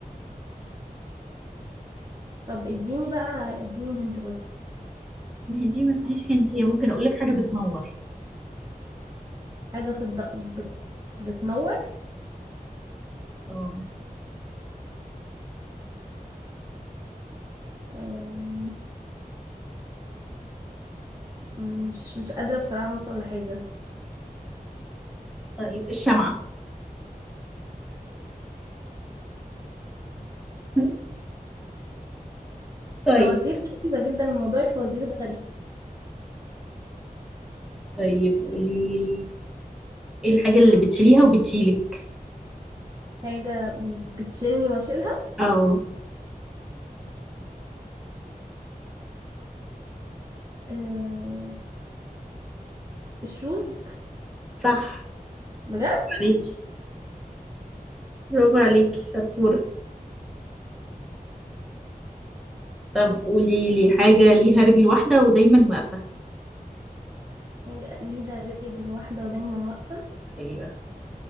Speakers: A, on the right; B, in the centre.
A: طب اديني بقى اديني هنت برضو
B: ما هي دي ما فيهاش هنت هي ممكن اقول لك حاجه بتنور
A: حاجة في الد... بت... بتنور
B: اه
A: آه، مش مش قادرة بصراحة أوصل لحاجة
B: طيب الشمعه <laughs> طيب
A: فوازير غريبة جدا موضوع الفوازير ده غريب
B: طيب قولي لي ايه الحاجه اللي بتشيليها وبتشيلك
A: حاجة بتشيلني واشيلها
B: اه
A: آه، الشوز <laughs>
B: صح
A: بجد
B: عليك برافو عليكي شطورة طب قولي لي حاجة ليها رجل واحدة ودايما واقفة
A: حاجة ليها رجل واحدة ودايما واقفة
B: ايوه